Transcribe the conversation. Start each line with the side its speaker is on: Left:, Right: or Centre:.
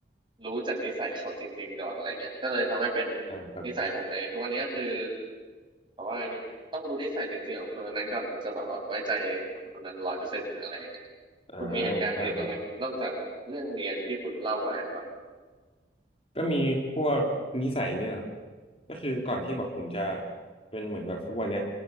Right: รู้จากนิสัยเขาจริงๆก่อนอะไรเงี้ยก็เลยทำให้เป็น
Left: อ่าครับ
Right: นิสัยผมในทุกวันนี้ก็คือแบบว่าต้องรู้นิสัยจริงๆของคนคนนั้นก่อนถึงจะแบบว่าไว้ใจคนคนนั้นร้อยเปอร์เซ็นต์อะไรเงี้ย
Left: อ่า
Right: คุณมีเหตุการณ์อื่นบ้างไหมนอกจากแบบเรื่องเรียนที่คุณเล่ามาบ้าง
Left: อ่าครับ ก็มีพวกนิสัยเนี่ยครับก็คือก่อนที่แบบผมจะเป็นเหมือนแบบทุกวันเนี้ย